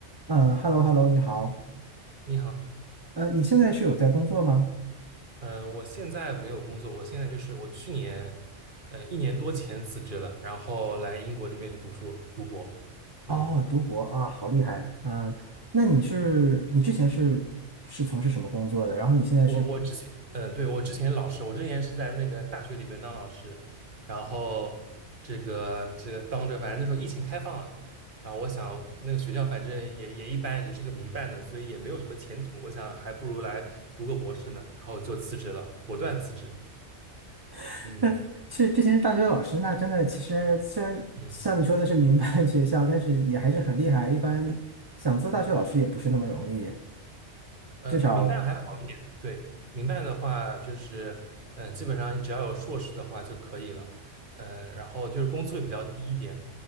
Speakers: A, on the right (about 20°); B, on the right (about 45°).
A: 嗯，hello hello，你好。
B: 你好，
A: 呃，你现在是有在工作吗？
B: 嗯，我现在没有工作，我现在就是我去年，呃，一年多前辞职了，然后来英国这边读书读博。
A: 哦，
B: 嗯，
A: 读博啊，好厉害。嗯，那你是你之前是是从事什么工作的？然后你现在是
B: 我我之前，嗯，对，我之前老师，我之前是在那个大学里面当老师，然后这个这个当着，反正那时候疫情开放了，然后我想那个学校反正也也一般，也就是个民办的，所以也没有什么前途，我想还不如来读个博士呢，然后就辞职了，果断辞职。
A: <laughs>
B: 嗯。
A: 那是之前是大学老师，那真的其实虽然像你说的是民办
B: 嗯
A: <laughs> 学校，但是也还是很厉害。一般想做大学老师也不是那么容易，
B: 呃，
A: 至少
B: 民办还好一点，对，民办的话就是，呃，基本上你只要有硕士的话就可以了，呃，然后就是工资会比较低一点，